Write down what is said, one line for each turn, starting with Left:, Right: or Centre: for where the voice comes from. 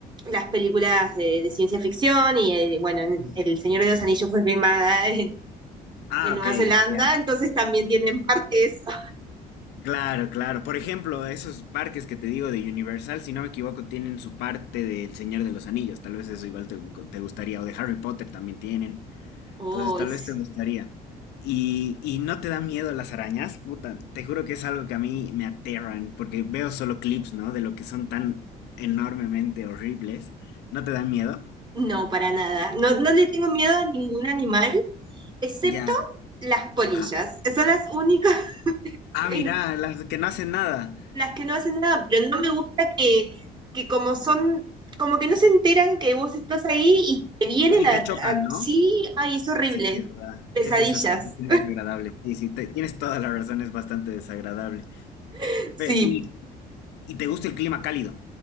Right: las películas de, de ciencia ficción y eh, bueno, El Señor de los Anillos fue filmada <laughs>
Left: Ah,
Right: en Nueva
Left: ok,
Right: Zelanda,
Left: ya.
Right: entonces también tienen parte eso.
Left: Claro, claro. Por ejemplo, esos parques que te digo de Universal, si no me equivoco, tienen su parte del Señor de los Anillos. Tal vez eso igual te, te gustaría. O de Harry Potter también tienen.
Right: Oh,
Left: Entonces, tal
Right: es-
Left: vez te gustaría. Y, y no te da miedo las arañas, puta. Te juro que es algo que a mí me aterran, porque veo solo clips, ¿no? De lo que son tan enormemente horribles. ¿No te dan miedo?
Right: No, para nada. No, no le tengo miedo a ningún animal, excepto
Left: Ya.
Right: las polillas.
Left: Ajá.
Right: Esas son las únicas, <laughs>
Left: Ah,
Right: em,
Left: mira, las que no hacen nada.
Right: las que no hacen nada, pero no me gusta que, que como son, como que no se enteran que vos estás ahí y te vienen
Left: Y
Right: a,
Left: te
Right: a-
Left: chocan, ¿no?
Right: sí, ay, es horrible.
Left: Sí, sí, es verdad.
Right: Pesadillas.
Left: Es, desas- es bien desagradable. Sí, sí, te- tienes toda la razón, es bastante desagradable.
Right: <laughs> Sí,
Left: Ve, y, y te gusta el clima cálido?